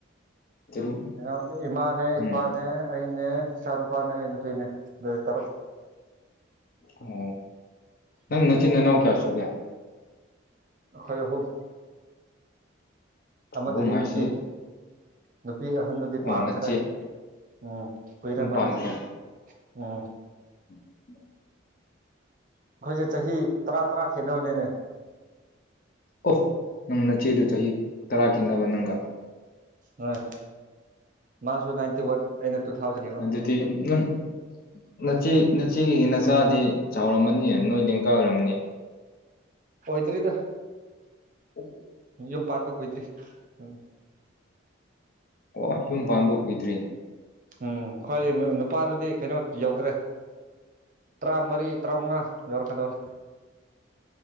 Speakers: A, on the left; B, on the right.
A: ꯇꯔꯨꯛ
B: ꯉꯥꯔꯥꯡ ꯏꯃꯥꯅꯦ
A: ꯎꯝ
B: ꯏꯄꯥꯅꯦ ꯑꯩꯅꯦ ꯅꯦ ꯏꯆꯥꯅꯨꯄꯥꯅꯦ ꯏꯩꯅꯨꯄꯤꯅꯦ ꯇꯔꯨꯛ
A: ꯑꯣ ꯅꯪ
B: ꯎꯝ
A: ꯅꯆꯤꯟ ꯅꯅꯥꯎ ꯀꯌꯥ ꯁꯨꯒꯦ
B: ꯑꯩꯈꯣꯏ ꯑꯍꯨꯝ ꯑꯃꯥꯗꯨꯗꯤ
A: ꯑꯍꯨꯝ ꯍꯥꯏꯁꯤ
B: ꯅꯨꯄꯤ ꯅꯨꯄꯤ ꯑꯍꯟꯗꯨꯗꯤ
A: ꯑꯣ
B: ꯄꯥꯟꯈ꯭ꯔꯦ
A: ꯅꯆꯦ
B: ꯎꯝ ꯀꯨꯏꯔꯦ
A: ꯌꯨꯝ
B: ꯃꯥꯗꯤ
A: ꯄꯥꯟꯈ꯭ꯔꯦ
B: ꯎꯝ
A: ꯑꯣ
B: ꯑꯩꯈꯣꯏꯁꯦ ꯆꯍꯤ ꯇꯔꯥ ꯇꯔꯥ ꯈꯦꯠꯅꯕꯅꯦꯅꯦ
A: ꯑꯣ ꯅꯪꯅꯆꯦꯗꯨ ꯆꯍꯤ ꯇꯔꯥ ꯈꯦꯠꯅꯕ ꯅꯪ ꯇꯥ
B: ꯍꯣꯏ ꯃꯥꯁꯨ ꯅꯥꯏꯟꯇꯤ ꯋꯥꯟ ꯑꯩꯅ ꯇꯨ ꯊꯥꯎꯖꯟꯅꯦꯕ
A: ꯑꯗꯨꯗꯤ ꯅꯪ ꯅꯆꯦ ꯅꯆꯦꯒꯤ ꯅꯆꯥꯗꯤ ꯆꯥꯎꯔꯝꯃꯅꯤ ꯅꯣꯏ ꯂꯦꯡꯒꯑꯣꯏꯔꯝꯃꯥꯅꯤ
B: ꯑꯣꯏꯗ꯭ꯔꯤꯗ
A: ꯎꯝ
B: ꯌꯨꯝ ꯄꯥꯟꯕ ꯀꯨꯏꯗ꯭ꯔꯤ ꯎꯝ
A: ꯑꯣ ꯌꯨꯝ ꯄꯥꯟꯕ ꯀꯨꯢꯗ꯭ꯔꯤ
B: ꯎꯝ ꯈ꯭ꯣꯏꯗꯤ ꯅꯨꯄꯥꯗꯨꯗꯤ ꯀꯩꯅꯣ ꯌꯧꯈ꯭ꯔꯦ ꯇꯔꯥꯃꯔꯤ ꯇꯔꯥꯃꯉꯥ ꯌꯧꯔꯛꯀꯗꯧꯔꯦ